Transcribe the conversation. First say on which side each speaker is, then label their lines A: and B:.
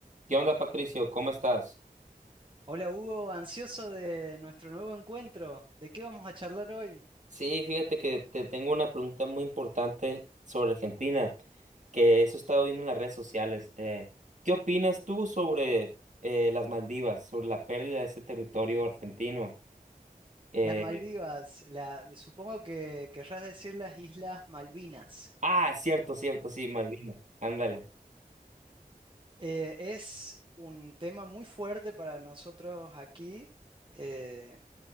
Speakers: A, on the right (about 55°); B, on the right (about 35°).
A: ¿Qué onda, Patricio? ¿Cómo estás?
B: Hola Hugo, ansioso de nuestro nuevo encuentro. ¿De qué vamos a charlar hoy?
A: Sí, fíjate que te tengo una pregunta muy importante sobre Argentina, que eso he estado viendo en las redes sociales. Eh, ¿qué opinas tú sobre eh, las Maldivas, sobre la pérdida de ese territorio argentino? Eh,
B: Las Maldivas, la, supongo que querrás decir las Islas Malvinas.
A: ah, cierto, cierto, sí, Malvinas. Ándale.
B: Eh, es un tema muy fuerte para nosotros aquí eh,